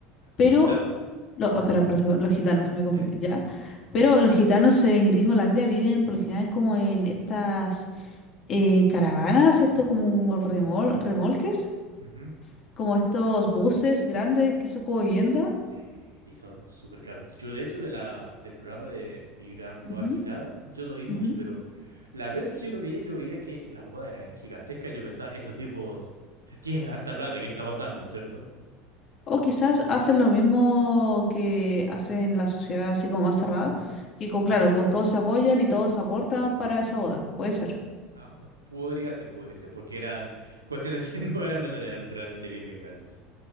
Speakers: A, on the left (about 40°); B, on the right (about 85°).
A: pero...
B: Los gitanos.
A: Lo, ah, espera, espera, espera, los gitanos, me confundí
B: Sí.
A: ya. Pero los gitanos en Gringolandia viven por lo general como en estas eh, caravanas, esto como remol- remolques,
B: Ujú.
A: como estos buses grandes que son como vivienda.
B: Sí, y son súper caros. Yo, de hecho, de la, del programa de Mi Gran
A: Ujú,
B: Boda Agitada, yo no vi mucho,
A: ujú.
B: pero las veces que yo lo veía, yo veía que las bodas eran gigantescas. Yo pensaba, estos tipos tienen harta plata, ¿qué está pasando, cierto?
A: O quizás hacen lo mismo que hacen la sociedad así como más cerrada, que co-
B: Ujú.
A: claro, co- todos se apoyan y todos aportan para esa boda, puede ser.
B: Ah, podría ser, podría ser, porque eran cuestiones que <laughs> no eran menores, eran realmente bien, bien grandes.